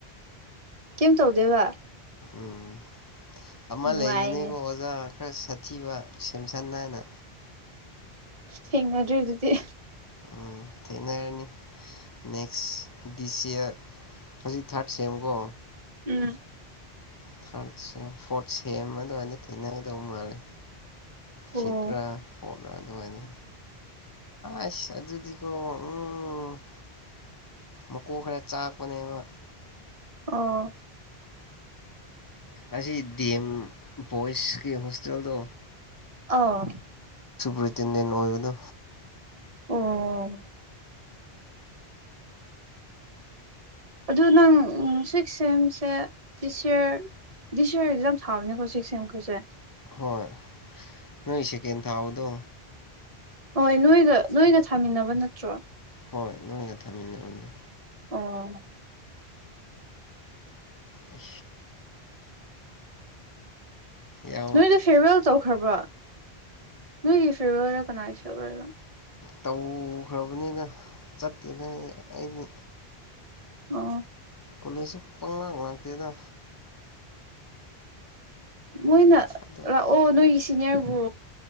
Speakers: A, on the right; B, on the left.
A: ꯀꯩꯝ ꯇꯧꯗꯦꯕ
B: ꯎꯝ ꯑꯃ
A: ꯅꯨꯡꯉꯥꯏꯅꯦ
B: ꯂꯩꯕꯤꯅꯤ ꯀꯣ ꯑꯣꯖꯥ ꯈ ꯁꯥꯊꯤꯕ ꯁꯦꯝꯝꯁꯟ ꯅꯥꯅ
A: ꯊꯦꯡꯅ ꯑꯗꯨꯔꯤ ꯑꯗꯨꯗꯤ
B: ꯎꯝ ꯊꯅ ꯀꯅꯤ ꯅꯦꯛꯁ ꯗꯤꯁ ꯏꯌꯥꯔ ꯍꯧꯖꯤꯛ ꯊꯥꯔꯠ ꯁꯦꯝꯀꯣ
A: ꯎꯝ
B: ꯊꯔ ꯐ ꯁ ꯊꯅ ꯀꯗ ꯎ ꯃꯥꯔꯦ
A: ꯑꯣ
B: ꯁꯤꯗ꯭ꯔꯥ ꯐꯅ ꯑꯗꯨꯃꯥꯏ ꯑꯁ ꯑꯗꯨꯗꯤꯀꯣ ꯎꯝ ꯃꯀꯣꯛ ꯈꯔ ꯆꯥꯛꯄꯅꯦꯕ
A: ꯑꯥ
B: ꯑ ꯁꯤ ꯗꯦꯝ ꯣꯏꯁꯀꯤ ꯍꯣꯁꯇꯦꯜꯗꯣ
A: ꯑꯥ
B: ꯔꯤꯇꯤꯟꯗ ꯑꯣꯏꯗ
A: ꯑꯣ ꯑꯗꯨ ꯅꯪ ꯁꯤꯛꯁ ꯑꯦꯝꯁꯦ ꯗꯤ ꯁꯤ ꯑꯔ ꯗꯤ ꯁꯤ ꯑꯔ ꯑꯦꯛꯖꯥꯝ ꯊꯥꯕꯅꯦꯀꯣ ꯁꯤꯁ ꯑꯦꯝꯈꯣꯏꯁꯦ
B: ꯍꯣꯏ ꯅꯣꯏꯁꯦꯀꯟ ꯊꯥꯥꯎꯗꯣ
A: ꯍꯣꯏ ꯅꯣꯏꯒ ꯅꯣꯏꯒ ꯊꯥꯃꯤꯟꯅꯕ ꯅꯠꯇ꯭ꯔꯣ
B: ꯍꯣꯏ ꯅꯣꯡ ꯀꯊꯥ ꯃꯝꯅ
A: ꯑꯥ
B: ꯑ ꯌꯥꯝ
A: ꯅꯣꯏꯗ ꯐꯦꯔꯋꯦꯜ ꯇꯧꯈ꯭ꯔꯕ꯭ꯔꯣ ꯅꯣꯏꯒꯤ ꯐꯦꯔꯋꯦꯜꯔ ꯀꯅꯥꯒꯤ ꯐꯦꯋꯋꯦꯜꯔ
B: ꯇꯧꯈ꯭ꯔꯕꯅꯤꯅ ꯆꯠꯇꯦꯅ ꯑꯩ ꯑꯩꯗꯤ
A: ꯑ
B: ꯀꯂꯁꯨꯄꯅ ꯂꯥꯡꯒꯅꯥ ꯀꯗ
A: ꯃꯣꯏꯅ
B: ꯑꯗꯨꯝ
A: ꯂꯥꯛ ꯑꯣ ꯅꯣꯏ ꯁꯤꯅꯤꯌꯔꯕꯨ